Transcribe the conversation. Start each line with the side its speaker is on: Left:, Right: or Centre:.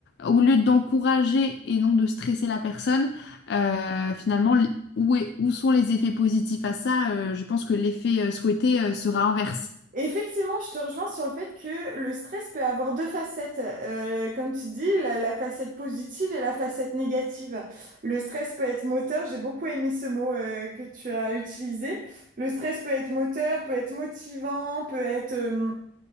Left: au lieu d'encourager et non de stresser la personne, euh, finalement, l- où est- où sont les effets positifs à ça? Euh, je pense que l'effet euh, souhaité euh, sera inverse.
Right: Effectivement, je te rejoins sur le fait que le stress peut avoir deux facettes. Euh, comme tu dis, la, la facette positive et la facette négative. Le stress peut être moteur, j'ai beaucoup aimé ce mot euh, que tu as utilisé. Le stress peut être moteur, peut être motivant, peut être... euh,